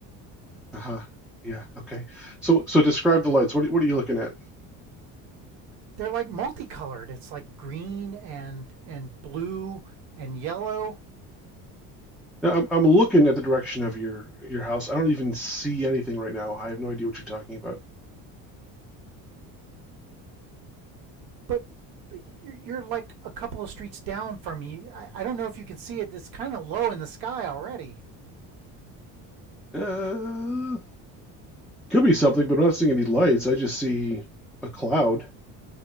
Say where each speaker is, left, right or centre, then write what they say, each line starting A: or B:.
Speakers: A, in the centre; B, on the right.
A: Uh-huh. Yeah. Okay. So, so describe the lights. What are, what are you looking at?
B: They're like multicolored. It's like green and and blue and yellow.
A: Now, I'm, I'm looking at the direction of your your house. I don't even see anything right now. I have no idea what you're talking about.
B: But, but you're, you're like a couple of streets down from me. I, I don't know if you can see it. It's kind of low in the sky already.
A: Uh, could be something, but I'm not seeing any lights. I just see a cloud.